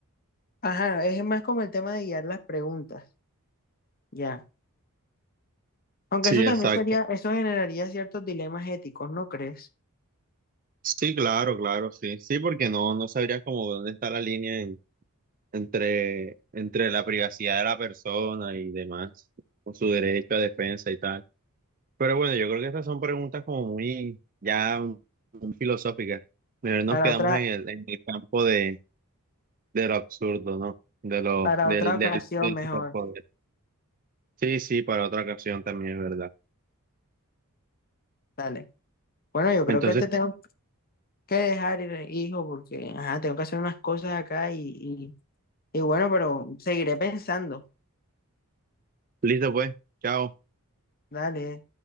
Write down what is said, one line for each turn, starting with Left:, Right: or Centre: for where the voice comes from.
Left: ajá, es más como el tema de guiar las preguntas. Ya. Aunque
Right: Sí,
Left: eso
Right: exacto.
Left: también sería, eso generaría ciertos dilemas éticos, ¿no crees?
Right: Sí, claro, claro, sí. Sí, porque no, no sabrías cómo dónde está la línea en- entre, entre la privacidad de la persona y demás, con su derecho a defensa y tal. Pero bueno, yo creo que estas son preguntas como muy ya muy filosóficas. Mejor nos
Left: Para
Right: quedamos
Left: otra,
Right: en el, en el campo de, de lo absurdo, ¿no? De lo,
Left: para
Right: del,
Left: otra ocasión
Right: del, del
Left: mejor.
Right: superpoder. Sí, sí, para otra ocasión también es verdad.
Left: Dale. Bueno, yo creo
Right: Entonces,
Left: que te tengo que dejar, ir, hijo, porque ajá, tengo que hacer unas cosas acá y, y, y bueno, pero seguiré pensando.
Right: listo pues, chao.
Left: Dale.